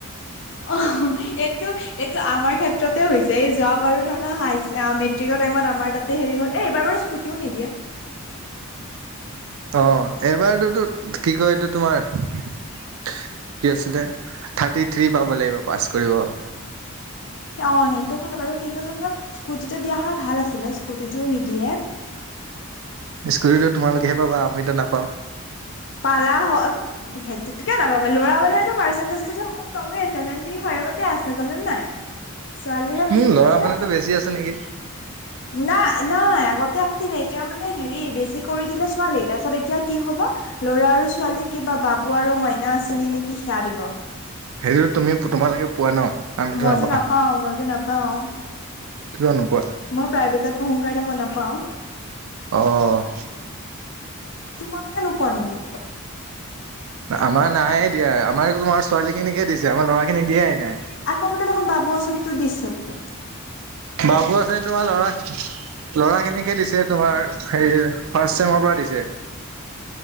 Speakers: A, on the left (about 55°); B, on the right (about 70°).
A: অহ, এইটো এইটো আমাৰ ক্ষেত্ৰতে হৈছে এই যোৱা বাৰু ধৰণৰ হায়াৰ অহ, মেট্ৰিক মেট্ৰিক টাইমত আমাৰ তাতে হেৰি এইবাৰ স্কুটিও নিদিয়ে।
B: অহ, এইবাৰতো কি কয় এইটো তোমাৰ কি আছিলে। থাৰ্টি থ্ৰী পাব লাগিব পাছ কৰিব।
A: অহ, সেইটো হয় বাৰু কিন্তু ধৰক স্কুটিটো দিয়া হয় ভাল আছিলে স্কুটি টোও নিদিয়ে।
B: স্কুৰিটো তোমালোকেহে পাবা আমিতো নাপাও।
A: পালা হয় সেইটোত কিয় নাপাবা ল'ৰা বোৰ পাৰ্চেণ্টেজ অকমান কমেই আছে কাৰণ ছেভেণ্টি ফাইভতে আছে জানা নাই। ছোৱালী হে বেছি
B: উম, ল'ৰা
A: কৰিবা।
B: মানুহতো বেছি আছে নেকি?
A: নাই-নাই আগতে আছিলে এতিয়া মানে হেৰি বেছি কৰি দিলে ছোৱালী তাৰপিছত এতিয়া কি হব ল'ৰা আৰু ছোৱালী কিবা বাবু আৰু মাইনা আচনি নেকি সেয়া দিব।
B: সেইটোতো তুমি তোমালোকে পোৱা ন। আমিতো
A: মই
B: নাপাওঁ
A: যে নাপাও-মই যে নাপাও।
B: কিয় নোপোৱা?
A: মই প্ৰাইভেটত পঢ়ো কাৰণে মই নাপাও।
B: অহ',
A: তোমালোকে নোপোৱা নেকি?
B: আমাৰ নাই দিয়া আমাৰো তোমাৰ ছোৱালী খিনিকে দিছে আমাৰ ল'ৰা খিনিক দিয়াই নাই।
A: আকৌ বোলে দেখোন বাবু আঁচনিটো দিছে বোলে।
B: বাবু আঁচনি তোমাৰ ল'ৰা ল'ৰা খিনিকহে দিছে তোমাৰ হেৰি ফাৰ্ষ্ট ছেমৰ পৰা দিছে।